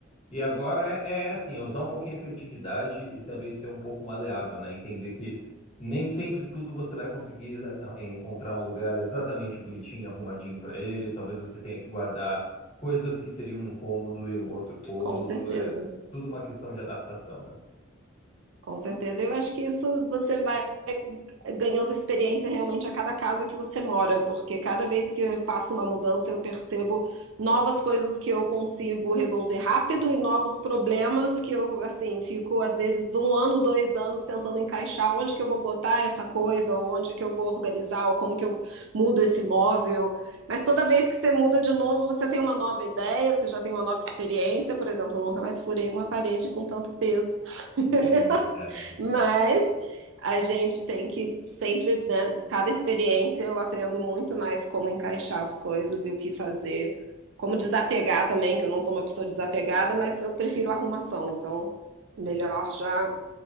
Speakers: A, on the left (about 30°); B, on the right (about 70°).
A: E agora é, é assim, é usar um pouquinho a criatividade e também ser um pouco maleável, né? Entender que nem sempre tudo você vai conseguir eh, encontrar um lugar exatamente bonitinho, arrumadinho para ele. Talvez você tenha que guardar coisas que seriam um cômodo e um outro cômodo.
B: Com certeza.
A: É tudo uma questão de adaptação, né?
B: Com certeza. Eu acho que isso você vai ganhando experiência realmente a cada casa que você mora, porque cada vez que eu faço uma mudança, eu percebo novas coisas que eu consigo resolver rápido e novos problemas que eu, assim, fico às vezes um ano, dois anos tentando encaixar onde que eu vou botar essa coisa, ou onde que eu vou organizar, ou como que eu mudo esse móvel. Mas toda vez que você muda de novo, você tem uma nova ideia, você já tem uma nova experiência. Por exemplo, eu nunca mais furei uma parede com tanto peso. <laughs>
A: Hum, É, muito
B: Mas
A: bom.
B: a gente tem que sempre, né, cada experiência eu aprendo muito mais como encaixar as coisas e o que fazer, como desapegar também, que eu não sou uma pessoa desapegada, mas eu prefiro arrumação, então melhor
A: Hum.
B: já